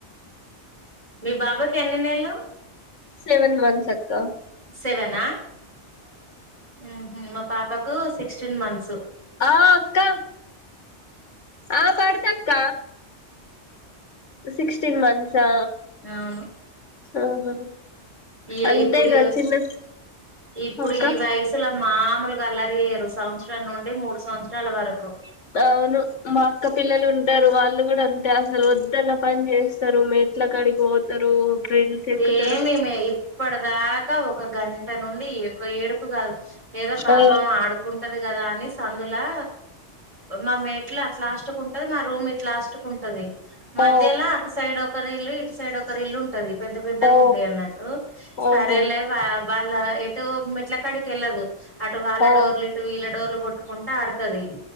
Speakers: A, on the right; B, on the left.
A: మీ బాబుకి ఎన్ని నెల్లు
B: సెవెన్ మంత్స్ అక్కా
A: సెవెన్ ఆ ఊహూ మా పాపకు సిక్స్టీన్ మంత్సు
B: ఆ అక్క ఆ పడతక్క సిక్స్టీన్ మన్ హుంసా
A: అవును
B: ఆహా
A: ఇగ
B: అంతేగా
A: ఇప్పుడు
B: చిన్న
A: ఇప్పుడు
B: అక్క
A: ఈ వయసుల మాములుగా అల్లరి చేయరు సంవత్సరం నుండి మూడు సంవత్సరాల వరకు
B: అవును మా అక్క పిల్లలు ఉంటారు వాళ్ళు కూడా అంతే అసలు వద్దన్న పని చేస్తారు మేట్ల కడిగి పోతారు గ్రిల్స్
A: సేమ్
B: ఎక్కుతారు
A: మేము ఇప్పటి దాకా ఒక గంట నుండి ఒక ఏడు ప్పు కాదు ఏదో పాపం
B: ఆ
A: ఆడుకుంటది కదా అని కానీ సందులా మా మేట్లు అట్లా లాస్ట్కుంటది మా రూమ్ ఇట్లా లా మధ్యలా
B: ఆ
A: అటు సైడ్ ఒక రీలు ఇల్ ఇటు సైడ్ ఒక రీలు రీల్ ఉంటది పెద్ద పెద్దగా
B: ఓ
A: ఉంటాయి అన్నట్టు సరేలే
B: ఓహో
A: వా వాళ్ళ మేట్లా కాడికి తెళ్ళదు అటు వాళ్ళ
B: ఆ
A: డోర్లు ఇటు వీళ్ళ డోర్లు కొట్టుకుంటా ఆడ సరీ